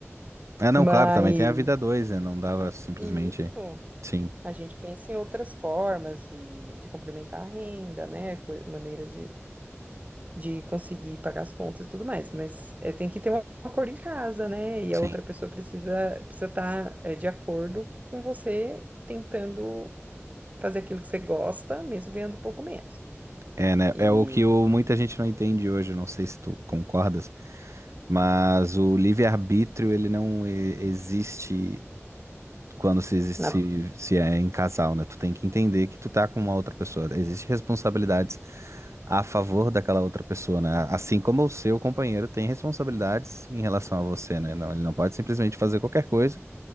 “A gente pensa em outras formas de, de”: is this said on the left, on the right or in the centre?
Right